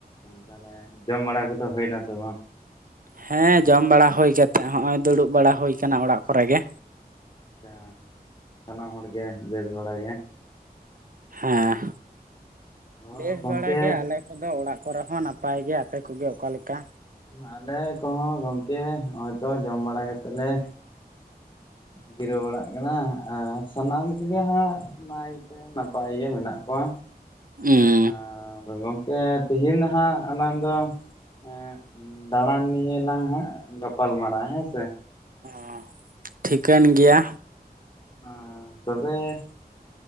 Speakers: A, on the left (about 30°); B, on the right (about 60°).
A: ᱛᱟᱦᱚᱞᱮ ᱡᱚᱢ ᱵᱟᱲᱟ ᱠᱚᱫᱚ ᱦᱩᱭᱱᱟ ᱥᱮ ᱵᱟᱝ?
B: ᱦᱮᱸ ᱡᱚᱢ ᱵᱟᱲᱟ ᱦᱩᱭ ᱠᱟᱛᱮᱜ ᱦᱚᱸᱜᱼᱚᱭ ᱫᱩᱲᱩᱵ ᱵᱟᱲᱟ ᱦᱩᱭ ᱟᱠᱟᱱᱟ ᱚᱲᱟᱜ ᱠᱚᱨᱮ ᱜᱮ᱾
A: ᱟᱪᱪᱷᱟ ᱥᱟᱱᱟᱢ ᱦᱚᱲᱜᱮ ᱵᱮᱥ ᱵᱟᱲᱟ ᱜᱮ ᱾
B: ᱦᱮᱸ
A: ᱛᱚ
B: ᱵᱮᱥ
A: ᱜᱚᱝᱠᱮ
B: ᱵᱟᱲᱟ ᱜᱮ ᱟᱞᱮ ᱠᱚᱫᱚ ᱚᱲᱟᱜ ᱼᱼ ᱠᱚᱨᱮ ᱦᱚᱸ ᱱᱟᱯᱟᱭ ᱜᱮ ᱾ ᱟᱯᱮ ᱠᱚᱜᱮ ᱚᱠᱟᱞᱮᱠᱟ?
A: ᱟᱞᱮ ᱠᱚᱦᱚᱸ ᱜᱚᱝᱠᱮ ᱦᱚᱜᱼᱚᱭ ᱛᱚ ᱡᱚᱢ ᱵᱟᱲᱟ ᱠᱟᱛᱮᱜ ᱞᱮ ᱼᱼ ᱡᱤᱨᱟᱹᱣ ᱵᱟᱲᱟᱜ ᱠᱟᱱᱟ ᱟᱨ ᱥᱟᱱᱟᱢ ᱠᱚᱜᱮ ᱦᱟᱸᱜ ᱱᱟᱭᱛᱮ ᱼᱼ ᱱᱟᱯᱟᱭ ᱜᱮ ᱢᱮᱱᱟᱜ ᱠᱚᱣᱟ ᱾
B: ᱩᱸᱻ
A: ᱟᱨ ᱜᱚᱝᱠᱮ ᱛᱤᱦᱤᱧ ᱦᱟᱸᱜ ᱟᱞᱟᱝ ᱫᱚ ᱼᱼ ᱫᱟᱬᱟᱱ ᱱᱤᱭᱮ ᱞᱟᱝ ᱦᱟᱸᱜ ᱜᱟᱯᱟᱞ ᱢᱟᱨᱟᱜᱼᱟ ᱦᱮᱸ ᱥᱮ ᱾
B: ᱚᱻ ᱴᱷᱤᱠᱟᱹᱱ ᱜᱮᱭᱟ᱾
A: ᱟᱻ ᱛᱚᱵᱮ ᱼᱼ